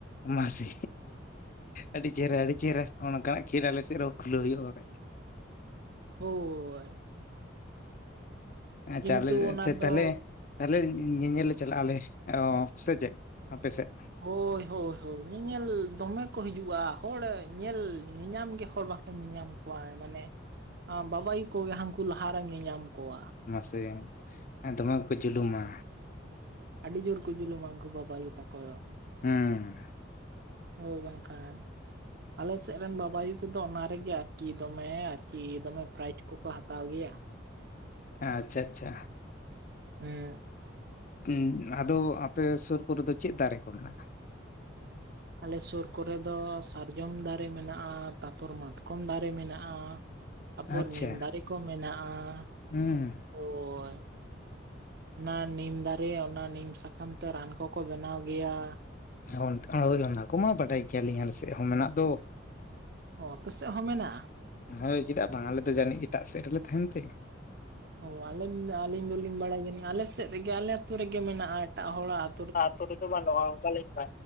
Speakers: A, on the left (about 45°); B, on the right (about 55°).
A: ᱢᱟᱥᱮ ᱟᱹᱰᱤ ᱪᱮᱨᱦᱟ ᱟᱹᱰᱤ ᱪᱮᱨᱦᱟ ᱚᱱᱠᱟᱱᱟᱜ ᱠᱷᱮᱞ ᱟᱞᱮ ᱥᱮᱫ ᱨᱮᱦᱚᱸ ᱠᱷᱩᱞᱟᱹᱣ ᱦᱳᱭᱳᱜᱼᱟ ᱵᱟᱠᱷᱟᱡ᱾
B: ᱦᱳ᱾ ᱦᱳᱭ᱾ ᱠᱤᱱᱛᱩ
A: ᱪᱟᱞᱮ
B: ᱚᱱᱟ
A: ᱪᱮᱫᱽ
B: ᱫᱚ
A: ᱛᱟᱦᱞᱮ᱾ ᱛᱟᱦᱚᱞᱮ ᱧᱮᱧᱮᱞ ᱞᱮ ᱪᱟᱞᱟᱜ-ᱟᱞᱮ ᱚ ᱥᱮ ᱪᱮᱫᱽ ᱟᱯᱮ ᱥᱮᱫ᱾
B: ᱦᱳᱭ ᱦᱳᱭ ᱦᱳᱭ ᱧᱮᱧᱮᱞ ᱫᱚᱢᱮ ᱠᱚ ᱦᱤᱡᱩᱜᱼᱟ ᱦᱚᱲ ᱧᱮᱞ ᱧᱮᱧᱟᱢ ᱜᱮ ᱦᱚᱲ ᱵᱟᱠᱚ ᱧᱮᱧᱟᱢ ᱠᱚᱣᱟᱭ ᱢᱟᱱᱮ ᱟᱸ ᱵᱟᱵᱟ ᱟᱭᱩ ᱠᱚᱜᱮ ᱦᱟᱹᱱᱠᱩ ᱞᱟᱦᱟᱨᱮᱢ ᱧᱮᱧᱟᱢ ᱠᱚᱣᱟ᱾
A: ᱢᱟᱥᱮ ᱫᱚᱢᱮ ᱜᱮᱠᱚ ᱡᱩᱞᱩᱢᱟ᱾
B: ᱟᱰᱤ ᱡᱳᱨ ᱠᱚ ᱡᱩᱞᱩᱢᱟ ᱩᱱᱠᱩ ᱵᱟᱵᱟᱭᱩ ᱛᱟᱠᱚ ᱫᱚ᱾
A: ᱦᱩᱸ ᱦᱩᱸ᱾
B: ᱦᱳᱭ ᱵᱟᱝᱠᱷᱟᱱ᱾ ᱟᱞᱮ ᱥᱮᱜ ᱨᱮᱱ ᱵᱟᱵᱟᱭᱩ ᱠᱚᱫᱚ ᱚᱱᱟ ᱨᱮᱜᱮ ᱟᱨᱠᱤ ᱫᱚᱢᱮ ᱟᱨᱠᱤ ᱫᱚᱢᱮ ᱯᱨᱟᱭᱤᱡᱽ ᱠᱚᱠᱚ ᱦᱟᱛᱟᱣ ᱜᱮᱭᱟ ᱾
A: ᱦᱮᱸ ᱟᱪᱪᱷᱟ ᱟᱪᱪᱷᱟ ᱾
B: ᱦᱩᱸ ᱾
A: <inaudible> ᱟᱫᱚ ᱟᱯᱮ ᱥᱳᱨ ᱠᱚᱨᱮ ᱫᱚ ᱪᱮᱜ ᱫᱟᱨᱮ ᱠᱚ ᱢᱮᱱᱟᱜᱼᱟ?
B: ᱟᱞᱮ ᱥᱳᱨ ᱠᱚᱨᱮ ᱫᱚ ᱥᱟᱨᱡᱚᱢ ᱫᱟᱨᱮ ᱢᱮᱱᱟᱜᱼᱟ ᱛᱟᱨᱯᱚᱨ ᱢᱟᱛᱠᱚᱢ ᱫᱟᱨᱮ ᱢᱮᱱᱟᱜᱼᱟ ᱾ ᱛᱟᱨᱯᱚᱨ
A: ᱟᱪᱪᱷᱟ
B: ᱱᱤᱢ ᱫᱟᱨᱮ ᱠᱚ ᱢᱮᱱᱟᱜᱼᱟ ᱾
A: <inaudible>
B: ᱳᱭ ᱾ ᱚᱱᱟ ᱱᱤᱢ ᱫᱟᱨᱮ ᱚᱱᱟ ᱱᱤᱢ ᱥᱟᱠᱟᱢ ᱛᱮ ᱨᱟᱱ ᱠᱚᱠᱚ ᱵᱮᱱᱟᱣ ᱜᱮᱭᱟ ᱾
A: <unintelligible> ᱚᱱᱟ ᱠᱚᱢᱟ ᱵᱟᱰᱟᱭ ᱠᱮᱭᱟᱞᱤᱧ ᱟᱞᱮ ᱥᱮᱫ ᱦᱚᱸ ᱢᱮᱱᱟᱜ ᱫᱚ ᱾
B: ᱚ ᱟᱯᱮ ᱥᱮᱜ ᱦᱚᱸ ᱢᱮᱱᱟᱜᱼᱟ?
A: ᱦᱳᱭ ᱪᱮᱫᱟᱜ ᱵᱟᱝ ᱟᱞᱮ ᱫᱚ ᱡᱟᱹᱱᱤᱡ ᱮᱴᱟᱜ ᱥᱮᱫ ᱨᱮᱞᱮ ᱛᱟᱦᱮᱱ ᱛᱮ ᱾
B: ᱚ ᱟᱞᱮᱢ ᱟᱹᱞᱤᱧ ᱫᱚᱞᱤᱧ ᱵᱟᱲᱟᱭ ᱡᱟᱹᱱᱤᱡ ᱟᱞᱮ ᱥᱮᱫ ᱨᱮᱜᱮ ᱟᱞᱮ ᱟᱛᱳ ᱨᱮᱜᱮ ᱢᱮᱱᱟᱜᱼᱟ ᱮᱴᱟᱜ ᱦᱚᱲᱟᱜ ᱾
A: ᱟᱛᱳᱨᱮ ᱜᱮ ᱵᱟᱱᱩᱜ ᱟ ᱚᱱᱠᱟ ᱞᱮᱠᱟ